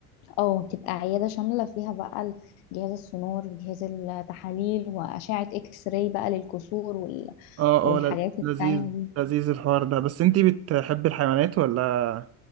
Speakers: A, on the left; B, on the right.
A: أو تبقى عيادة شاملة فيها بقى ال- جهاز السونار وجهاز التحاليل وأشعة إكس راي بقى للكسور وال-
B: اه
A: والحاجات
B: اه ل-
A: التانية
B: لذيذ
A: دي
B: لذيذ الحوار ده بس انتي بتحبي الحيوانات ولا